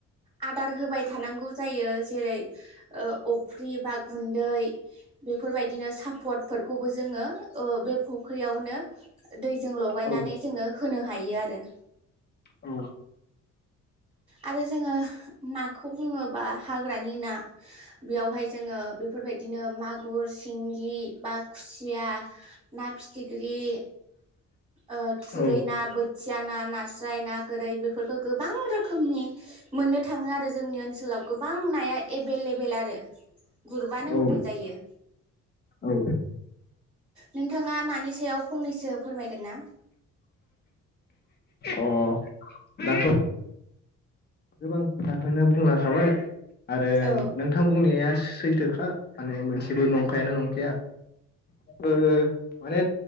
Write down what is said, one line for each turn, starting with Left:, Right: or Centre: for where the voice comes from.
Right: आदार होबाय थानांगौ जायो जेरै- ओ अफ्रि बा गुन्दै बेफोरबायदिनो साफ पटफोरखौबो जोङो ओ बे फख्रियावनो दैजों लगायनानै
Left: औ
Right: जोङो होनो हायो आरो
Left: औ
Right: आरो जोङो नाखौ बुङोबा हाग्रानि ना बेयावहाय जोङो बेफोरबायदिनो मागुर सिंगि बा खुसिया ना फिथिख्रि यि ओ थुरै
Left: औ
Right: ना बोथिया ना नास्राय ना गोरै बेफोरखौ गो रोखोमनि मोननो थाङो आरो जोंनि ओनसोलाव गोबां नाया एबेलेबेल आरो गुरबानो
Left: औ
Right: मोनजायो
Left: औ
Right: नोंथाङा मानि सायाव फंनैसो फोरमायगोन ना?
Left: अ दाथ' गोबां खोथाखौनो बुंलाखाबाय आरो
Right: औ
Left: नोंथां बुंनाया सैथोखा माने मोनसेबो नंखायानो नंखाया ओ माने